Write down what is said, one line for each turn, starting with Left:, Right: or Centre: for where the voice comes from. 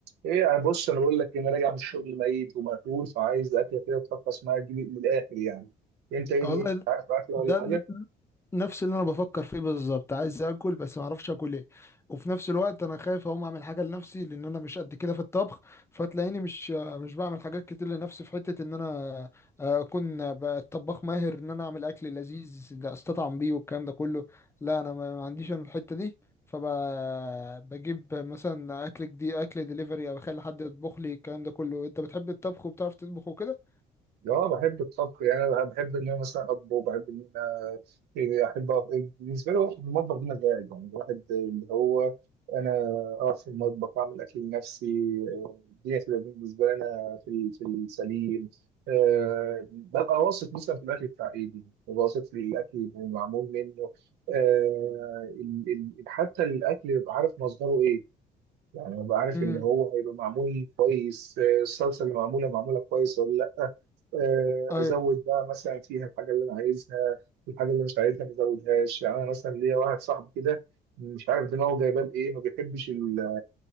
Right: ايه يعني بص انا بقول لك إيه، انا راجع من الشغل ميت ومقتول فعايز اكله كده تفقس معايا تجيب من الاخر يعني انت ايه
Left: آه،
Right: دي
Left: والله ده
Right: عارف اكله ولا
Left: ده
Right: حاجه
Left: نفس اللي انا بفكر فيه بالظبط عايز اكل بس ما اعرفش اكل ايه وفي نفس الوقت انا خايف اقوم اعمل حاجه لنفسي لان انا مش قد كده في الطبخ فتلاقيني مش مش بعمل حاجات كتير لنفسي في حته ان انا آه، اكون بقى طباخ ماهر ان انا اعمل اكل لذيذ لا استطعم بيه والكلام ده كله لا انا ما ما عنديش انا الحته دي فبجيب مثلا اكل جديد اكل ديليفري او اخلي حد يطبخ لي الكلام ده كله انت بتحب الطبخ وبتعرف تطبخ وكده
Right: اه بحب الطبخ يعني انا بحب ان انا مثلا اطبخ وبحب ان انا يعني احب أقف- بالنسبه لي هو المطبخ ده مزاج يعني الواحد اللي هو انا اقف في المطبخ اعمل اكل لنفسي آه، الدنيا تبقى بالنسبه لي انا في ال- في السليم أه ببقى واثق مثلا في الاكل بتاع ايدي ببقى واثق في الاكل اللي معمول منه أه ال- ال- حتى الاكل ببقى عارف مصدره ايه يعني ابقى عارف
Left: امم
Right: ان هو هيبقى معمول كويس آه، الصلصه اللي معموله معموله كويس ولا لا آه،
Left: ايوه
Right: ازود بقى مثلا فيها الحاجه اللي انا عايزها الحاجه اللي مش عايزها ما ازودهاش يعني انا مثلا ليا واحد صاحبي كده مش عارف دماغه جايبان ايه ما بيحبش ال...